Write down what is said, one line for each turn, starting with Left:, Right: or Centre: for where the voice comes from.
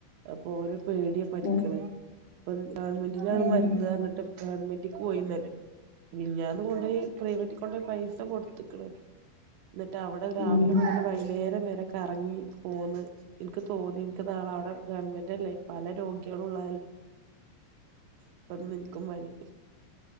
Right: അപ്പൊ ഓന് പേടിയ പനിക്കണേ
Left: ഉം
Right: ഇപ്പം ഗവൺമെൻറ്റിലാണ്
Left: ഉം
Right: മരുന്ന് റഞ്ഞിട്ട് ഗവൺമെന്റക് പോയി ന്നലെ മിൻഞ്ഞാന്ന് കൊണ്ടോയി പ്രൈവറ്റ് കൊണ്ടോയി പൈസ കൊടുത്ക്ക്ണ് എന്നിട്ട് അവിടെ രാവിലെ
Left: ഉം ഉം
Right: മുതല് വൈന്നേരം വരെ കറങ്ങി പോന്ന് എനിക്ക് തോന്നി എനിക്ക് നാളെ അവിടെ ഗവൺമെന്റ് അല്ലേ പല രോഗികളും ഉള്ളതല്ലേ ഇപ്പന്ന് എനിക്കും പനി